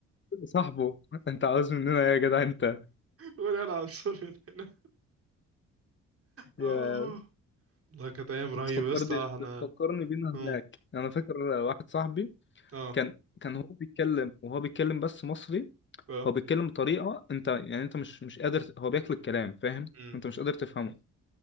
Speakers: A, on the left (about 40°); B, on the right (about 50°).
A: صاحبه انت عاوز مننا ايه يا جدع انت
B: قول انا عنصري من هنا اه
A: يا
B: والله كانت ايام رهيبة
A: بتفكرني
B: يا اسطى احنا
A: بتفكرني بينا
B: اه
A: هناك انا فاكر واحد صاحبي
B: اه
A: كان كان هو بيتكلم وهو بيتكلم بس مصري
B: اه
A: هو بيتكلم بطريقه انت يعني انت مش مش قادر هو بياكل الكلام فاهم
B: امم
A: انت مش قادر تفهمه